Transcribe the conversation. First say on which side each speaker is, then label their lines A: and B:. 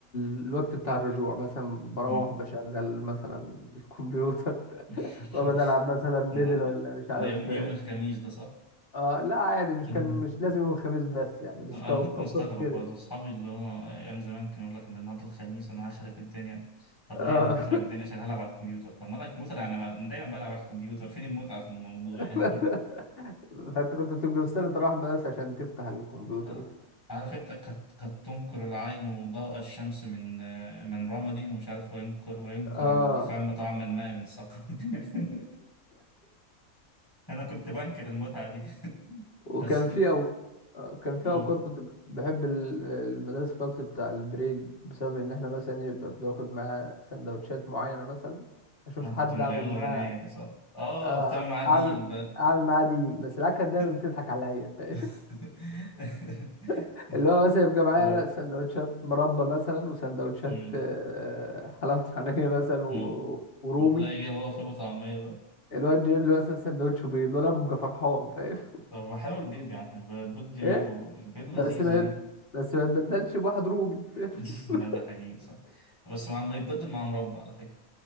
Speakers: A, on the left; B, on the left.
A: للوقت بتاع الرجوع مثلا بروح
B: مم.
A: بشغل مثلا الكمبيوتر
B: <laughs>
A: <laughs> بقعد العب مثلا ميدل
B: اه
A: ولا مش عارف
B: ده يوم يوم الخميس ده صح؟
A: اه لا عادي مش
B: <laughs>
A: كان مش لازم يوم الخميس بس يعني بس
B: انا
A: كو-
B: كنت
A: اوقات
B: مستغرب
A: كتير
B: برضه اصحابي اللي هو ايام زمان كانوا يقول لك ده النهارده الخميس انا هخرب الدنيا طب
A: اه
B: ليه يا ابني هتخرب الدنيا عشان هلعب على الكمبيوتر طب ما انا الكمبيوتر يعني انا أنا دايما بلعب على الكمبيوتر فين المتعه في الموضوع
A: <laughs>
B: يعني
A: فانت كنت بتبقى مستني تروح المدرسة عشان تفتح الكمبيوتر
B: <laughs>
A: وكده
B: عارف انت قد قد تنكر العين ضوء الشمس من من رمد ومش عارف وينكر وينكر
A: اه
B: الفم طعم الماء من سقم <laughs> انا كنت بنكر المتعه دي
A: وكان
B: بس
A: في أو... آه، كان في
B: قول
A: اوقات كنت ب- بحب ال- المدرسة في الوقت بتاع البريك بسبب ان احنا مثلا ايه ببقى واخد معاه سندوتشات معينة مثلا اشوف
B: انا
A: حد
B: كنت من
A: اعمل
B: العيال الغنيه
A: معاه
B: دي صح اه
A: آه،
B: بتعمل معاه ديل
A: اعمل
B: بقى
A: اعمل معاه ديل بس العيال كانت دايما
B: <laughs>
A: بتضحك عليا فاهم؟
B: <laughs>
A: <laughs> اللي هو مثلا يبقى معايا
B: اه
A: انا سندوتشات مربى مثلا وسندوتشات
B: امم
A: آه، حلاوة طحينية مثلا و...
B: امم
A: ورومي
B: تلاقي جاب بقى فول وطعمية بقى
A: الواد جايب لي مثلا سندوتش بيض وانا ببقى فرحان فاهم
B: طب ما حلو البيض يعني الب- البيض جميل
A: ايه
B: والبيض لذيذ
A: بس ما
B: يعني
A: بس ما تبدلش بواحد رومي
B: <laughs>
A: <laughs>
B: لا ده حقيقي صح بس مع ما يتبدل مع مربى على فكرة